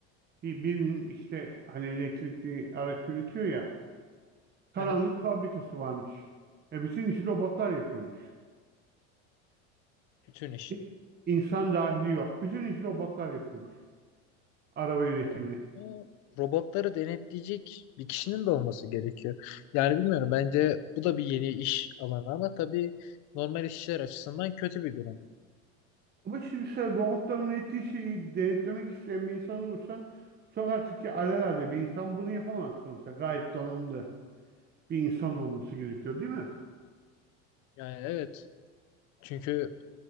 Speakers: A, on the right; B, on the left.
A: Bir, birinin işte hani elektrikli araç üretiyor ya karanlık
B: Hı hı,
A: fabrikası varmış. E bütün işi robotlar yapıyormuş.
B: bütün işi.
A: Hiç insan dahili yok. Bütün işi robotlar yapıyormuş. Araba üretimini.
B: Tamam. Ama robotları denetleyecek bir kişinin de olması gerekiyor. Yani bilmiyorum bence bu da bir yeni iş alanı ama tabii normal işçiler açısından kötü bir durum.
A: Ama şimdi sen robotların ettiği şeyi denetlemek isteyen bir insan olursan sokaktaki alelade bir insan bunu yapamaz sonuçta. Gayet donanımlı bir insan olması gerekiyor değil mi?
B: Yani evet çünkü